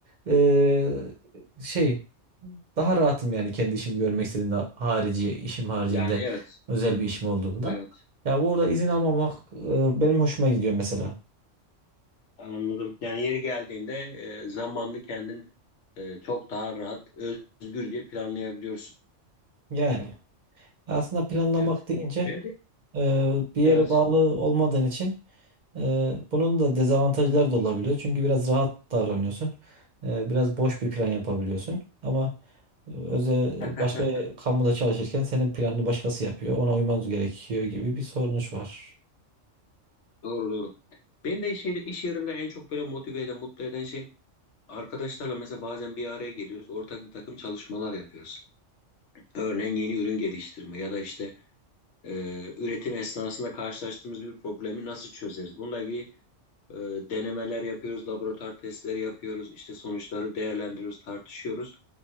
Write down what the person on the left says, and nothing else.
Yani evet.
Evet.
Hı hı.
Anladım. Yani yeri geldiğinde e, zamanını kendin e, çok daha rahat, özgürce planlayabiliyorsun.
Evet.
Ben de
evet.
<laughs>
Doğru doğru. Beni de şeyde iş yerinde en çok böyle motive eden, mutlu eden şey arkadaşlarla mesela bazen bir araya geliyoruz. Ortak bir takım çalışmalar yapıyoruz. Örneğin yeni ürün geliştirme ya da işte e, üretim esnasında karşılaştığımız bir problemi nasıl çözeriz? Bununla ilgili E, denemeler yapıyoruz, laboratuvar testleri yapıyoruz, işte sonuçları değerlendiriyoruz, tartışıyoruz.